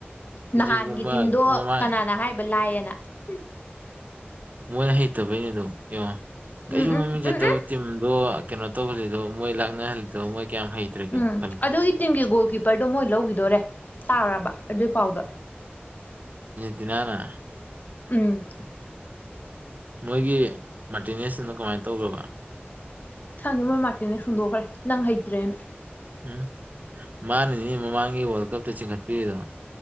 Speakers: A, on the left (about 45°); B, on the right (about 40°).
A: ꯅꯍꯥꯟꯒꯤ
B: ꯏꯖꯤꯞꯒꯨꯝꯕ
A: ꯇꯤꯝꯗꯣ
B: ꯃꯃꯥꯡ
A: ꯀꯅꯥꯅ ꯍꯥꯏꯕ ꯂꯥꯏꯌꯦꯅ ꯍꯨꯝ
B: ꯃꯣꯏꯅ ꯍꯩꯇꯕꯩꯅꯦ ꯑꯗꯣ ꯌꯦꯡꯉꯣ ꯀꯩꯁꯨ
A: ꯎꯝ
B: ꯃꯃꯤꯡ
A: ꯎꯝ ꯎꯝ
B: ꯆꯠꯇꯕ
A: ꯎꯝ
B: ꯇꯤꯝꯗꯣ ꯀꯩꯅꯣ ꯇꯧꯍꯜꯂꯤꯗꯣ ꯃꯣꯏ ꯂꯥꯛꯅꯍꯜꯂꯤꯗꯣ ꯃꯣꯏ ꯀꯌꯥꯝ ꯍꯩꯇ꯭ꯔꯒꯦꯗꯣ
A: ꯎꯝ
B: ꯈꯜꯂꯣ
A: ꯑꯗꯨꯒꯤ ꯇꯤꯝꯒꯤ ꯒꯣꯜ ꯀꯤꯞꯄꯔꯗꯣ ꯃꯣꯏ ꯂꯧꯒꯤꯗꯣꯔꯦ ꯇꯥꯔꯕ ꯑꯗꯨ ꯄꯥꯎꯗꯣ
B: ꯇꯤꯅꯅ
A: ꯎꯝ
B: ꯃꯣꯏꯒꯤ ꯃꯥꯔꯇꯤꯅꯦꯁꯇꯨꯅ ꯀꯃꯥꯏꯟ ꯇꯧꯒ꯭ꯔꯕ
A: ꯈꯪꯗꯦ ꯃꯣꯏ ꯃꯥꯔꯇꯦꯅꯦ ꯍꯨꯟꯗꯣꯛꯈ꯭ꯔꯦ ꯅꯪ ꯍꯩꯇ꯭ꯔꯦꯅ
B: ꯎꯝ ꯃꯥꯅꯅꯤꯅꯦ ꯃꯃꯥꯡꯒꯤ ꯋꯥꯔꯜ ꯀꯞꯇ ꯆꯤꯡꯈꯠꯄꯤꯔꯤꯗꯣ